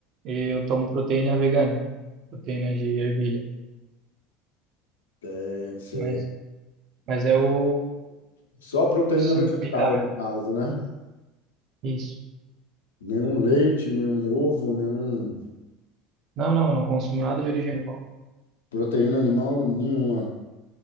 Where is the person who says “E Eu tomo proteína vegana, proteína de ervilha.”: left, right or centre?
Right